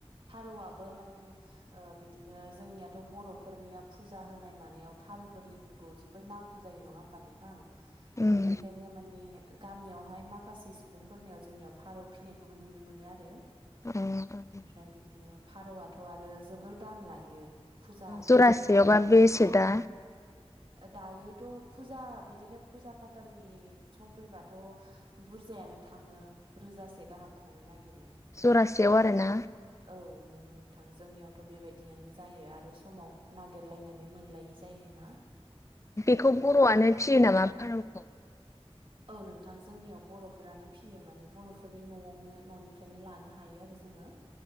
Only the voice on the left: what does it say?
उम
उम उम
जरासेयावबा बेसे दा?
जरासेयाव आरोना
बेखौ बर'आनो फियो नामा फारौखौ?